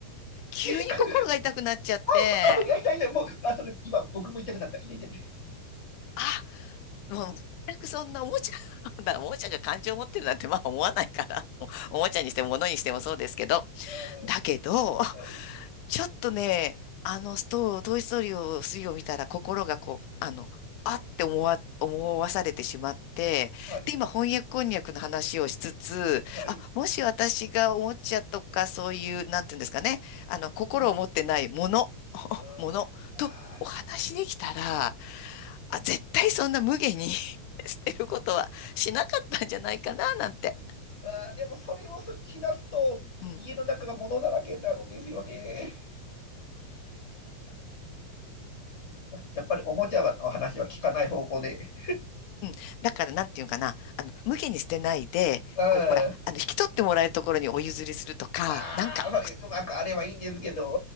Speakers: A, on the left; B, on the left.
A: 急に心が痛くなっちゃって、
B: ー、<laughs> 悲しい。<laughs> 痛いや痛い痛い、もう、あ、それ、今、僕も痛くなった。痛い痛い。
A: あ、もう全くそんなおもちゃ、<laughs> だからおもちゃが感情を持ってるなんてまあ思わないから、<laughs> おおもちゃにしても物にしてもそうですけど、
B: あ
A: だけど、
B: ーはい、
A: ちょっとね、あの、ストー、トイ・ストーリーを、3を見たら心がこう、あの、あって思わ、思わされてしまって、
B: はい、
A: で、今、翻訳こんにゃくの話をしつつ、
B: はい。
A: あ、もし私がおもちゃとかそういう、なんていうんですかね、
B: うん、
A: あの、心を持ってないもの、
B: うん。
A: <laughs>
B: あーあ
A: ものとお話できたら、あ、絶対そんな無下に <laughs> 捨てることはしなかったんじゃないかな、なんて。
B: ー、あーでも、それをすしだすと、
A: うん
B: 家の中が物だらけになるんですよね。やっぱりおもちゃの話は聞かない方向で。
A: うん。だから、なんていうかな。あの、無下に捨てないで、
B: うん。あ
A: こう、ほら、あの、引き取ってもらえるところにお譲りするとか、
B: あ、
A: なんか、
B: それ、うまくあればいいんですけど。